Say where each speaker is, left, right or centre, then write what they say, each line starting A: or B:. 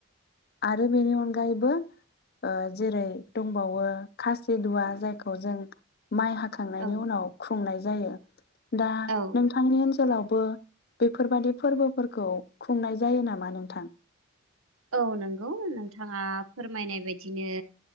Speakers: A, on the left; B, on the right.
A: आरो बेनि अनगायैबो जेरै दंबावो खासि दुवा जायखौ जों माय हाखांनायनि
B: औ
A: उनाव खुंनाय जायो। दा
B: औ
A: नोंथांनि ओनसोलाव बो बेफोरबायदि फोरबोफोरखौ खुंनाय जायो नामा नोंथां।
B: औ नंगौ नोंथाङा फोरमायनाय बायदिनो